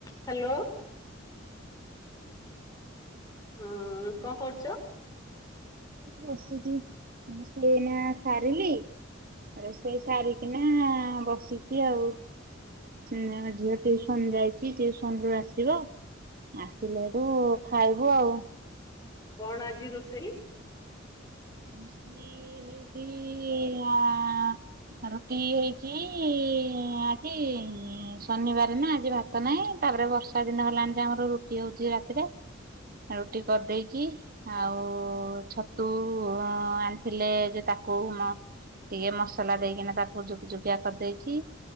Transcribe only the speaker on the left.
ହାଲୋ। ହଁ କଣ କରୁଚ?
କଣ ଆଜି ରୋଷେଇ?